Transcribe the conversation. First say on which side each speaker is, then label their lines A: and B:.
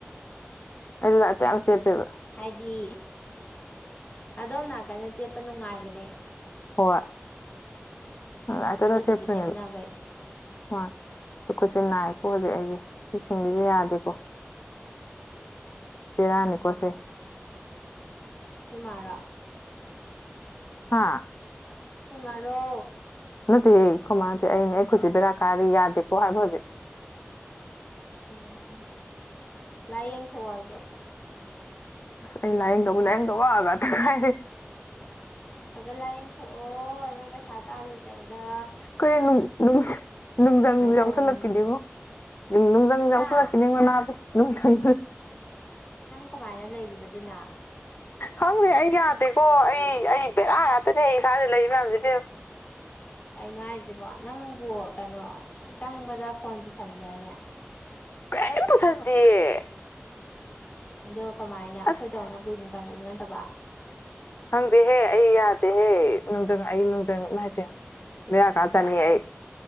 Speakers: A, on the left; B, on the left.
A: ꯑꯩꯗꯤ ꯉꯥꯛꯇ ꯌꯥꯝ ꯆꯦꯞꯄꯦꯕ
B: ꯍꯥꯏꯗꯤ ꯑꯗꯣꯝ ꯅꯥ ꯀꯟꯅ ꯆꯦꯠꯄ ꯅꯨꯡꯉꯥꯏꯕꯅꯦ
A: ꯍꯣꯏ ꯔꯥꯏꯠꯇꯅ
B: ꯑꯗꯨꯗꯨꯒꯤ
A: ꯆꯦꯞꯄꯤꯅꯦꯕ
B: ꯆꯦꯞꯅꯕꯩ
A: ꯍꯣꯏ ꯑꯗꯨ ꯈꯨꯠꯁꯦ ꯅꯥꯏꯌꯦꯀꯣ ꯍꯧꯖꯤꯛ ꯑꯩꯁꯦꯁꯤꯡꯂꯤꯗꯤ ꯌꯥꯗꯦꯀꯣ ꯄꯦꯔ ꯅꯤꯀꯣꯁꯦ
B: ꯅꯣꯏ ꯃꯥꯔꯣ
A: ꯍꯥꯥ
B: ꯅꯣꯏ ꯃꯥꯔꯣ
A: ꯅꯠꯇꯦꯍꯦ ꯈꯣꯏ ꯃꯥꯗꯦ ꯑꯩꯅꯦ ꯑꯩꯈꯨꯠꯁꯤ ꯕꯦꯔꯥ ꯀꯥꯔꯤ ꯌꯥꯗꯦꯀꯣ ꯍꯥꯏꯕ ꯍꯧꯖꯤꯛ
B: ꯎꯝ ꯂꯥꯏꯌꯦꯡꯊꯣꯛꯑꯣ ꯑꯗꯣ
A: ꯑꯁ ꯑꯩ ꯂꯥꯏꯌꯦꯡꯗꯧꯕ ꯂꯥꯏꯌꯦꯡꯗꯧꯕ ꯉꯥꯛꯇ ꯉꯥꯏꯔꯦ
B: ꯈꯒꯠ ꯂꯥꯏꯌꯦꯡꯊꯣꯛꯑꯣ ꯅꯪ ꯄꯩꯁꯥ ꯇꯥꯜꯂꯤ ꯀꯩꯗ
A: ꯑꯈꯣꯏ ꯅꯨꯡ ꯅꯨꯡꯖꯪ ꯁꯨ ꯌꯥꯎꯁꯜꯂꯛꯄꯤꯅꯦꯉꯣ
B: ꯇꯧꯔꯅꯤ
A: ꯅꯨꯡꯁꯡ ꯌꯥꯎꯁꯟꯂꯛꯄꯤꯅꯦꯕꯣ
B: ꯍꯥ
A: ꯅꯕꯤ ꯅꯨꯡꯁꯡ
B: ꯁꯪ ꯀꯃꯥꯏꯅ ꯂꯩꯔꯤꯕꯑꯗꯨꯅ
A: ꯈꯪꯗꯦ ꯑꯩ ꯌꯥꯗꯦꯀꯣ ꯑꯩ ꯑꯩ ꯕꯦꯔꯥ ꯉꯥꯛꯇꯅꯦ ꯑꯩ ꯏꯁꯥꯗ ꯂꯩ ꯔꯤ ꯃꯌꯥꯝꯁꯦ ꯏꯕꯦꯝꯃꯥ
B: ꯀꯩꯅꯣ ꯍꯥꯏꯁꯤꯕꯣ ꯅꯪꯕꯨ ꯀꯩꯅꯣ ꯆꯪꯕꯗ ꯐꯣꯟ ꯄꯨꯁꯟꯕ꯭ꯔꯅꯦ
A: ꯀꯔꯤꯝ ꯄꯨꯁꯤꯟꯗꯤꯌꯦ
B: ꯑꯗꯨꯒ ꯀꯃꯥꯏꯅ ꯑꯩꯈꯣꯏꯗꯧꯅ
A: ꯑꯁ
B: ꯀꯨꯏꯅ ꯆꯪꯕꯁꯨ ꯅꯠꯇꯕ
A: ꯈꯪꯗꯦꯍꯦ ꯑꯩ ꯌꯥꯗꯦꯍꯦ ꯅꯨꯡꯖꯪ ꯑꯩ ꯅꯨꯡꯖꯪ ꯏꯃꯥꯏ ꯄꯦꯝꯃꯥ ꯕꯦꯔꯥ ꯀꯥꯖꯅꯤ ꯑꯩ